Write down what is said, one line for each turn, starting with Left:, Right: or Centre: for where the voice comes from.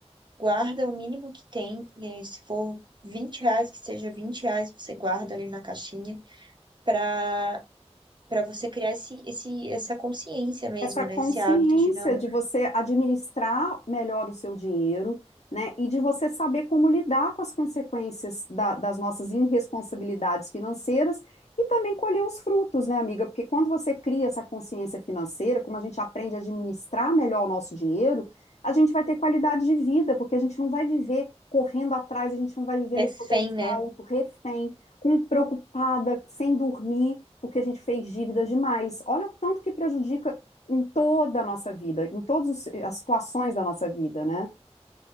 Right: Guarda o mínimo que tem, eh, se for 20 reais, que seja 20 reais, você guarda ali na caixinha para para você criar esse, esse, essa consciência mesmo,
Left: essa consciência
Right: né? Esse hábito de não
Left: de você administrar melhor o seu dinheiro, né, e de você saber como lidar com as consequências da- das nossas irresponsabilidades financeiras e também colher os frutos, né, amiga? Porque quando você cria essa consciência financeira, como a gente aprende a administrar melhor o nosso dinheiro, a gente vai ter qualidade de vida, porque a gente não vai viver correndo atrás, a gente não vai viver
Right: refém,
Left: no sobressalto,
Right: né?
Left: refém, com preocupada, sem dormir, porque a gente fez dívidas demais. Olha o tanto que prejudica em toda a nossa vida, em todas os- eh, as situações da nossa vida, né?